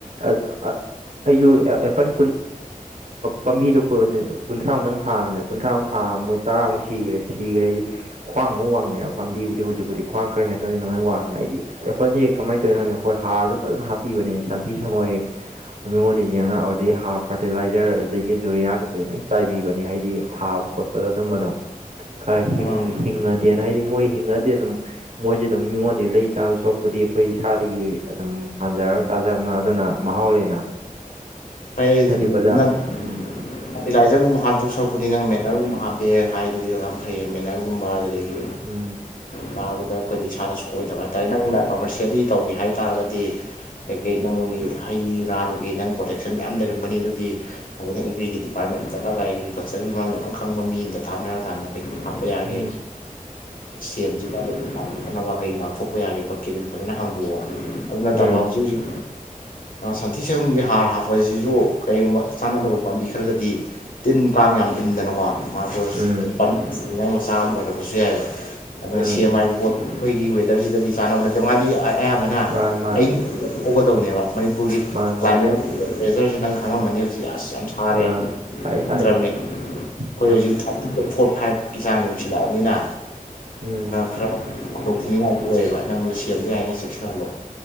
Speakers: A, on the right; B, on the left.
A: ꯑ ꯑꯩꯁꯨ ꯑꯦꯄꯟ ꯄꯥꯝꯕꯤꯗꯣ ꯀꯨꯟꯊ꯭ꯔꯥꯃꯨꯛꯇꯪ ꯊꯥꯑꯕꯅꯦ ꯀꯨꯟꯊ꯭ꯔꯥꯃꯨꯛ ꯊꯥ ꯃꯣꯏ ꯇꯔꯥꯃꯨꯛ ꯁꯤꯈ꯭ꯔꯦ ꯁꯤꯈ꯭ꯔꯦꯗꯤ ꯈ꯭ꯋꯥꯡꯃꯨꯛꯡꯉꯦꯕ ꯄꯥꯝꯕꯨꯗꯤ ꯍꯧꯖꯤꯛꯄꯗꯤ꯭ꯋꯥꯡ ꯈꯔ ꯍꯦꯟꯇꯅꯤꯅ ꯃꯣꯏ ꯋꯥꯡꯉꯦ ꯑꯩꯗꯤ ꯑꯁꯦ ꯀꯃꯥꯏꯅ ꯇꯧꯔꯤꯤ ꯍꯥꯏꯣꯪꯣ ꯑꯩꯈꯣꯏ ꯍꯥꯔꯁꯨ ꯐꯖꯅ ꯍꯥꯞꯄꯤꯕꯅꯦ ꯁꯟꯊꯤ ꯁꯪꯣꯏ ꯃꯤꯉꯣꯟꯗ ꯌꯦꯡꯉꯛꯑꯕꯗꯤ ꯍꯥꯔꯠ ꯐꯔꯇꯤꯂꯥꯏꯖꯔ ꯑꯗꯒꯤ ꯖꯨꯔꯤꯌꯥ ꯀꯩꯀꯩ ꯂꯪ ꯆꯥꯏꯕꯤꯕꯅꯤ ꯍꯥꯏꯗꯤ ꯊꯥꯕ ꯈꯣꯠꯄ ꯑꯗꯨꯝꯕꯗꯣ ꯈꯔ
B: ꯑꯥ
A: ꯍꯤꯡꯉꯗꯤꯦꯅ ꯍꯥꯏꯗꯤ ꯃꯣꯏ ꯍꯤꯡꯉꯗꯤ ꯑꯗꯨꯝ ꯃꯣꯏꯁꯦ ꯑꯗꯨꯝ ꯃꯤꯉꯣꯟꯗ ꯂꯩ ꯆꯥ ꯁꯣꯛꯄꯗꯤ ꯑꯩꯈꯣꯏ ꯏꯁꯥꯗꯒꯤ ꯑꯗꯨꯝ ꯄꯥꯟꯖꯔ ꯆꯥꯖ ꯑꯗꯨꯅ ꯃꯍꯥꯎ ꯂꯩꯅ
B: ꯐꯩ
A: ꯍꯥꯏꯗꯤ
B: ꯑꯗꯨ
A: ꯕꯖꯥꯔ
B: ꯅꯪ
A: ꯎꯝ
B: ꯐꯔꯇꯤꯂꯥꯏꯖꯔꯒꯨꯝꯕ ꯍꯥꯞꯇꯧ ꯁꯔꯛꯄꯗꯤ ꯅꯪ ꯃꯦꯂꯔꯒꯕ ꯍꯥꯞꯄꯦ ꯍꯥꯏꯗꯧ ꯐꯩꯌꯦ ꯃꯦꯅꯔꯒꯨꯝꯕ ꯑꯗꯨꯗꯒꯤ
A: ꯎꯝ
B: ꯇꯥꯕꯗ ꯑꯩꯈꯣꯏꯗ ꯏꯁꯥꯅ ꯁꯣꯏꯗꯕ ꯍꯥꯏꯇꯥꯔꯦ ꯅꯪꯅ ꯀꯃꯔꯁꯑꯦꯜꯜꯂꯤ ꯇꯧꯒꯦ ꯍꯥꯏꯇꯥꯥꯔꯒꯗꯤ ꯀꯩꯀꯩ ꯅꯪꯒꯤ ꯑꯩ ꯔꯥꯗꯨꯒꯤ ꯅꯪ ꯄ꯭ꯔꯣꯇꯦꯛꯁꯟ ꯃꯌꯥꯝ ꯂꯩꯔꯝꯒꯅꯤ ꯑꯗꯨꯗꯤ ꯐꯖꯅ ꯏꯒ꯭ꯔꯤꯒꯤ ꯗꯤꯄꯥꯔꯠꯃꯦꯟꯇ ꯂꯒꯥꯏꯒꯤ ꯀꯜꯆꯔꯒꯤ ꯃꯔꯝꯗ ꯈꯪꯕ ꯃꯤ ꯑꯗ ꯇꯥꯟꯅꯔꯀꯥꯟꯗ ꯀꯩ ꯍꯥꯞꯄ ꯌꯥꯒꯦ
A: ꯎꯝ
B: ꯏꯁꯇꯁꯤ ꯀꯥꯟꯅꯅꯕ ꯀꯩ ꯉꯥꯛꯊꯣꯛꯄ ꯌꯥꯒꯦ ꯈꯣ ꯀꯦꯗꯨꯗꯤ ꯐꯖꯅ ꯍꯥꯡꯗꯣꯛꯑꯣ ꯑꯗꯨ ꯅꯠꯇꯕ
A: ꯎꯝ
B: ꯍꯧꯖꯤꯛ ꯍꯧꯖꯤꯛ ꯁꯟꯊꯤ ꯁꯪꯨꯝꯒꯤ ꯍꯥꯔ ꯍꯥꯞ ꯍꯧꯖꯤꯛꯁꯨ ꯀꯔꯤꯒꯨꯝꯕ ꯆꯥꯟꯅꯗꯕ ꯄꯥꯝꯕꯤ ꯈꯔꯗꯗꯤ ꯇꯤꯟ ꯇꯥꯡ ꯌꯥꯝ ꯏꯟꯗꯅꯀꯣ ꯃꯥꯗꯣ
A: ꯎꯝ
B: ꯄꯥꯝꯕꯤꯅꯤꯡꯉꯥꯏ ꯃꯆꯥꯛ ꯑꯃ ꯑꯣꯏꯔꯛꯄꯁꯨ ꯌꯥꯏꯑꯕ ꯑꯗꯨꯅ
A: ꯎꯝ
B: ꯁꯦꯝ ꯍꯥꯏꯕ ꯄꯣꯠ ꯑꯩꯈꯣꯏꯒꯤ ꯋꯦꯗꯔꯁꯤꯗꯗꯤ ꯆꯥꯅꯕ ꯅꯠꯇꯦ ꯃꯥꯗꯤ ꯑꯌꯥꯝꯕꯅ
A: ꯃꯥꯅꯤ ꯃꯥꯅꯤ
B: ꯑ ꯍꯧꯒꯗꯕꯅꯦꯕ ꯃꯅꯤꯄꯨꯔꯒꯤ
A: ꯃꯥꯅꯤ
B: ꯀ꯭ꯂꯥꯏꯃꯦꯠꯄ꯭ꯔꯦꯖꯔꯁꯤ
A: ꯃꯥꯅꯤ
B: ꯅꯪ ꯈꯪꯉꯝꯕꯅꯤ ꯍꯧꯖꯤꯛ ꯑꯁ ꯌꯥꯝ ꯁꯥꯔꯦꯗ꯭ꯔꯕꯅꯤ
A: ꯑꯥ ꯁꯥꯏ ꯁꯥꯏ
B: ꯑꯩꯈꯣꯏ
A: ꯎꯝ
B: ꯍꯧꯖꯤꯛ ꯊꯥꯔꯇꯤꯟꯗ ꯐꯣꯔ ꯐꯥꯏꯚꯀꯤ ꯆꯥꯡ ꯌꯧꯁꯤꯜꯂꯛꯑꯕꯅꯤꯅ
A: ꯎꯝ
B: ꯈꯔ ꯈꯨꯗꯣꯡ ꯊꯤꯅꯤꯡꯉꯥꯏ ꯑꯣꯏꯌꯦꯕ ꯅꯪꯗꯣ ꯁꯦꯝꯗ ꯌꯥ ꯍꯥꯏꯅ ꯆꯦꯛꯁꯤꯜꯍꯜꯂꯣ